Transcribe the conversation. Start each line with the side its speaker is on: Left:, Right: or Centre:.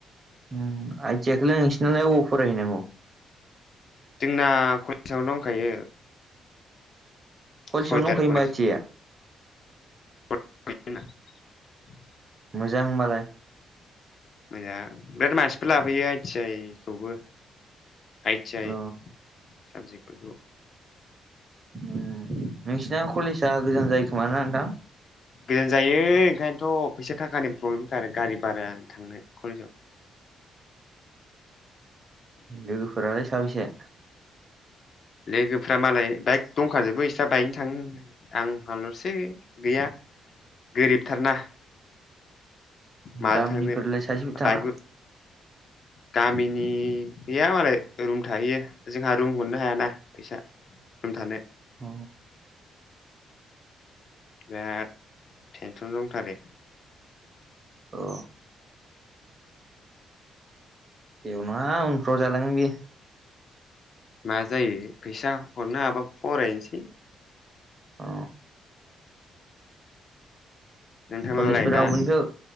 Right: ओम आय थि आइ खोलाय नोंसिना अबाव फाराय हैनांगौ
Left: जोंना कलेजयावनो दंखायो
Right: कलेजआवनो
Left: सयदार
Right: दंखायो
Left: कलेज
Right: होमबा आइ ति आइ आ
Left: <unintelligible>
Right: मोजां होनबालाय
Left: मोजां बिराद मानसिफोर लाफैयो आइ टि आइ खौबो आइ ति आइ
Right: अ
Left: साबजेक्टफोरखौ
Right: उम नोंसिना कलेजआ गोजान जायो खोमा ना नोंथां?
Left: गोजान जायो ओंखायनोथ फैसा थाखानि प्रब्लेमथार गारि भारा थांनो कलेजाव
Right: लोगोफोरालाय साबैसे
Left: लोगोफोरा मालाय बाइक दंखाजोबो इस्रा बाइकजों थाङो आं हालसो गैया गोरिबथारना माजों
Right: गामिनिफोरलाय
Left: थांनो
Right: सासेबो थाङा?
Left: बाइक गामिनि गैया मालाय रुम थाहैयो जोंहा रुम हरनो हायाना फैसा रुम थानो
Right: अ
Left: बिराद टेनसन दंथारो
Right: अ जेबो नङा उनफ्राव जालांगोन बियो
Left: मा जायो फैसा हरनो हाबा फरायनोसै
Right: अ
Left: नोंथांनालाय
Right: कलेजफोर रावबोनिखौ
Left: दा